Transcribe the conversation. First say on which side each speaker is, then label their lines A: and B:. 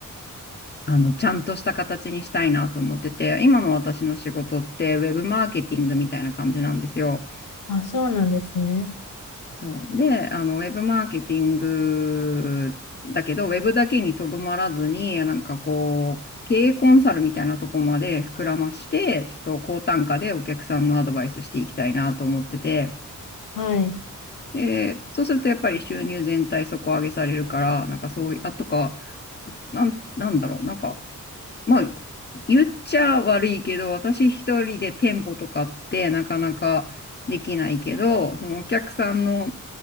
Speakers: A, on the left (about 35°); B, on the left (about 85°).
A: あの、ちゃんとした形にしたいなと思ってて、今の私の仕事って、ウェブマーケティングみたいな感じなんですよ。
B: あ、そうなんですね。
A: そう。で、あの、ウェブマーケティングだけど、ウェブだけにとどまらずに、なんかこう、経営コンサルみたいなとこまで膨らまして、ちょっと高単価でお客さんのアドバイスしていきたいなと思ってて、
B: はい。
A: で、そうするとやっぱり収入全体底上げされるから、なんかそういう、あとか、なん、なんだろう、なんかまあ、言っちゃ悪いけど、私一人で店舗とかってなかなかできないけど、そのお客さんの